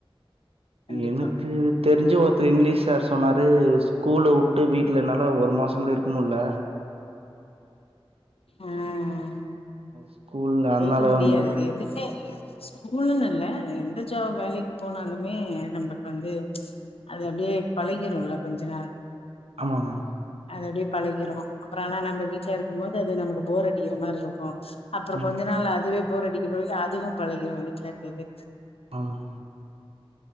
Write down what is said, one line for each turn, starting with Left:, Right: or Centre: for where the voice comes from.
Left: கண்டிப்பா
Right: எனக்கு தெரிஞ்ச ஒருத்தர் இங்கிலீஷ் சார் சொன்னாரு ஸ்கூல வுட்டு வீட்ல என்னால ஒரு மாசோங் கூட இருக்க முடில
Left: ம்
Right: ஸ்கூல் அதனால
Left: இருக்க முடியாது
Right: வந்து
Left: எதுமே இல்ல ஸ்கூலுன்னு இல்ல எந்த ஜாப் வேலைக்கு போனாலுமே நம்மளுக்கு வந்து அது அப்டியே பழகிருல்ல கொஞ்ச நாள்
Right: ஆமா மேம்
Left: அது அப்டியே பழகிரு அப்றோ ஆனா நம்ப வீட்ல இருக்கும்போ து அது நமக்கு போரடிக்கிற மாரி இருக்கு அப்பற
Right: ஆமா
Left: கொஞ்ச நாள் அதுவே போர் அடிக்கும்போது அதுவு பழகிற வீட்ல இருக்கறது
Right: ஆமா